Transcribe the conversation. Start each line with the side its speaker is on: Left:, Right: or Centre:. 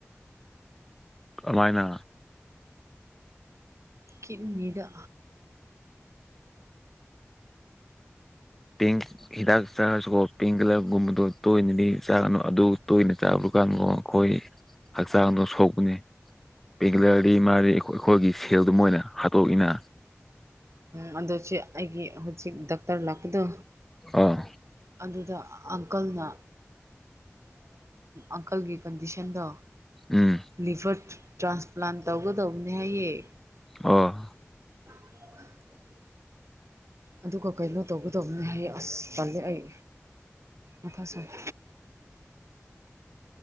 Centre: ꯑꯗꯨꯃꯥꯏꯅ
Right: ꯀꯅꯤꯒ
Centre: ꯄꯤꯡ ꯍꯤꯗꯥꯛ ꯆꯥꯔꯁꯨꯀꯣ ꯄꯤꯡ ꯀꯂꯔꯒꯨꯝꯕꯗꯣ ꯇꯣꯏꯅꯗꯤ ꯆꯥꯒꯅꯨ ꯑꯗꯨ ꯇꯣꯏꯅ ꯆꯥꯕ꯭ꯔ ꯗꯨꯀꯥꯟꯗꯣ ꯑꯩꯈꯣꯏ ꯍꯛꯆꯥꯡꯗꯣ ꯁꯣꯛꯄꯅꯤ ꯕꯦꯡꯒꯂꯔꯤ ꯃꯥꯔꯤ ꯑꯩꯈꯣꯏꯒꯤ ꯁꯦꯜꯗ ꯃꯣꯏꯅ ꯍꯥꯠꯇꯣꯛꯏꯅ
Right: ꯎꯝ ꯑꯗꯣ ꯁꯤ ꯑꯩꯒꯤ ꯍꯧꯖꯤꯛ ꯗꯥꯛꯇꯔ ꯂꯥꯛꯄꯗꯣ
Centre: ꯑꯥ
Right: ꯑꯗꯨꯗ ꯑꯪꯀꯜꯅ ꯑꯪꯀꯜꯒꯤ ꯀꯟꯗꯤꯁꯟꯗꯣ
Centre: ꯎꯝ
Right: ꯂꯤꯚꯔ ꯇ꯭ꯔꯥꯟꯁꯄ꯭ꯂꯥꯟ ꯇꯧꯒꯗꯧꯕꯅꯦ ꯍꯥꯏꯌꯦꯦ
Centre: ꯑꯣ
Right: <inaudible> ꯑꯗꯨꯒ ꯀꯩꯅꯣ ꯇꯧꯒꯗꯕꯅꯍꯦ ꯑꯁ ꯄꯜꯂꯦ ꯑꯩ ꯃꯊꯥꯥꯁꯠ